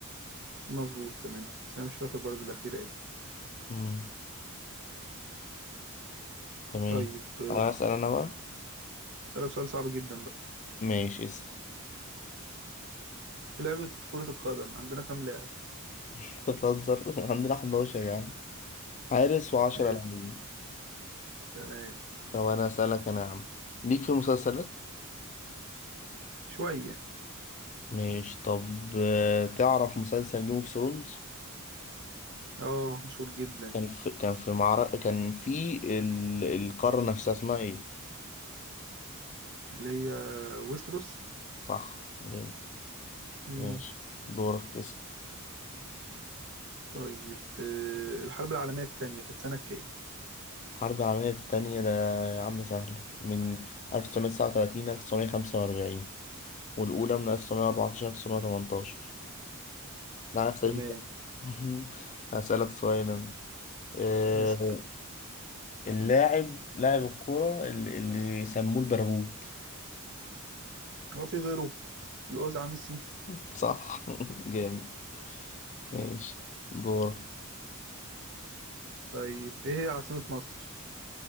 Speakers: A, on the right; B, on the left.
A: مظبوط تمانية بس انا مش فاكر برضه الأخيرة ايه
B: مم. تمام
A: طيب آه،
B: أنا أسأل أنا بقى
A: اسألك سؤال صعب جدا بقى
B: ماشي اسأل
A: في لعبة كرة القدم عندنا كام لاعب
B: <laughs> أنت بتهزر <laughs> عندنا 11 يا عم حارس وعشرة
A: آه،
B: لاعبين
A: تمام
B: طب أنا أسألك أنا يا عم ليك في مسلسلات؟
A: شوية
B: ماشي طب آه، تعرف مسلسل جيم اوف ثرونز؟
A: اه مشهور جدا
B: كان في كان في معركة كان في ال... القارة نفسها اسمها ايه؟
A: اللي هي ويستروس
B: صح جامد.
A: امم
B: ماشي دورك اسأل
A: طيب آه، الحرب العالمية التانية كانت سنة كام
B: الحرب العالمية التانية ده يا عم سهلة من 1939 1945 والأولى من 1914 1918 لا نفس تاريخي
A: تمام
B: بقى. <laughs> هسألك سؤال أنا آه،
A: اسأل
B: اللاعب لاعب الكرة اللي, اللي سموه البرغوت
A: هو في غيره الأوزعة ميسي
B: <laughs> صح <laughs> جامد ماشي دورك
A: طيب ايه هي عاصمة مصر؟